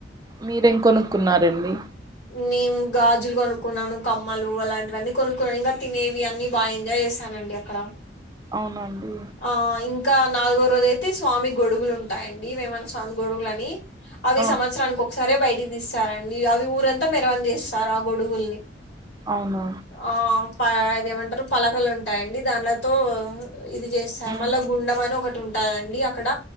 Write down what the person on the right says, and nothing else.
మీరేం కొనుక్కున్నారండి
అవునండి
ఆ
అవునా
ఉమ్